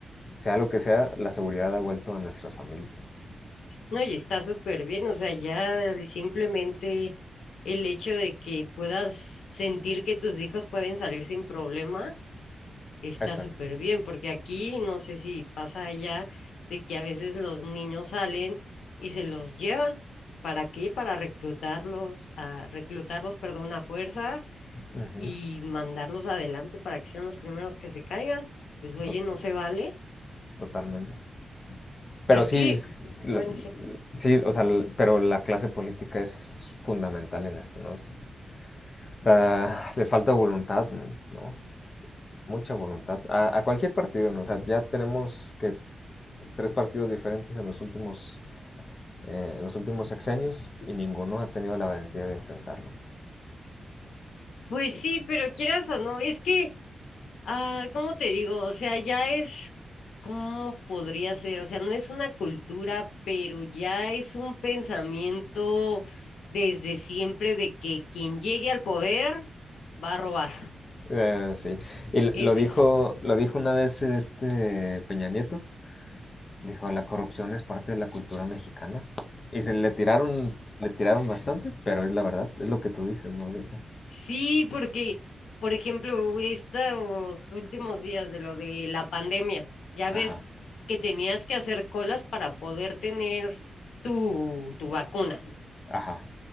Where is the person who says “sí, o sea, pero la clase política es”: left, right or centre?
Left